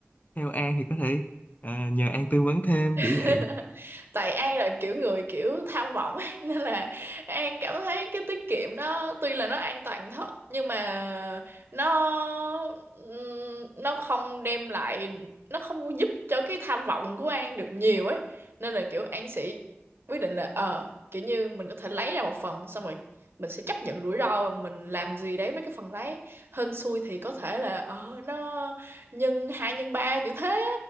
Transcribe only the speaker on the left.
theo An thì có thể ờ, nhờ An tư vấn thêm
kiểu vậy